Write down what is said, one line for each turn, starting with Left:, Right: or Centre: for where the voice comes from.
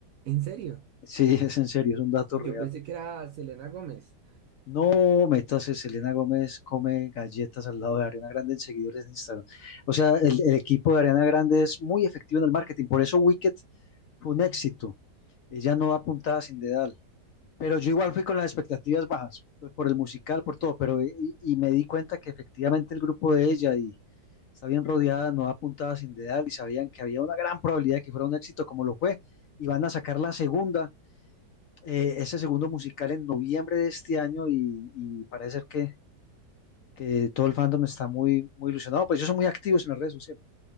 Right: En serio,
Left: Sí, <laughs> es en serio, es un dato
Right: yo
Left: real.
Right: pensé que era Selena Gómez.
Left: No, métase, Selena Gómez come galletas al lado de Ariana Grande en seguidores de Instagram. O sea, el, el equipo de Ariana Grande es muy efectivo en el marketing, por eso Wicked fue un éxito. Ella no da puntada sin dedal, pero yo igual fui con las expectativas bajas, pues, por el musical, por todo, pero y, y me di cuenta que efectivamente el grupo de ella y está bien rodeada, no da puntada sin dedal y sabían que había una gran probabilidad de que fuera un éxito como lo fue y van a sacar la segunda eh, ese segundo musical en noviembre de este año y, y parece ser que, que todo el fandom está muy, muy ilusionado, pues ellos son muy activos en las redes sociales.